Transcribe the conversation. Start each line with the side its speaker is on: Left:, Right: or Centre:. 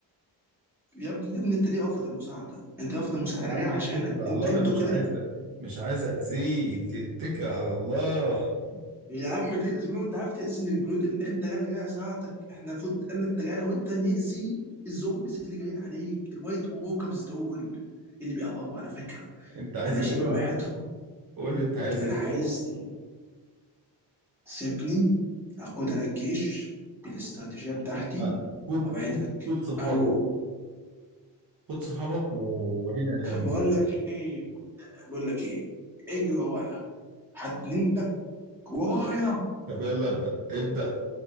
Centre: يا ابني يا ابني انت ليه رافض المساعده؟ انت رافض المساعده
Right: يا
Centre: انا
Right: عم
Centre: جاي عشانك
Right: اتكل على
Centre: انت
Right: الله انا
Centre: انتوا
Right: مش
Centre: كده
Right: عايز مش عايز اذيك اتكل على الله
Centre: يا عم تاذي مين وانت عارف تاذي الجنود اللي انت جاي انا جاي اساعدك احنا المفروض ان انت جاي انا وانت ناذي الزومبيز اللي جايين عليك الوايت ووكرز دول اللي بيقربوا على فكره
Right: انت عايز
Centre: انا
Right: ايه
Centre: شامم
Right: دلوقتي
Centre: ريحتهم
Right: قول لي انت عايز
Centre: انا
Right: ايه دلوقتي
Centre: عايز تسيبني اقود انا الجيش بالاستراتيجيه بتاعتي
Right: لا، خد
Centre: اوعدك
Right: خد خد صحابك
Centre: او
Right: خد صحابك وورينا هتعمل
Centre: بقول
Right: ايه
Centre: لك ايه بقول لك ايه اجري ورايا هتنينك ورايا
Right: طب يلا ابدا ابدا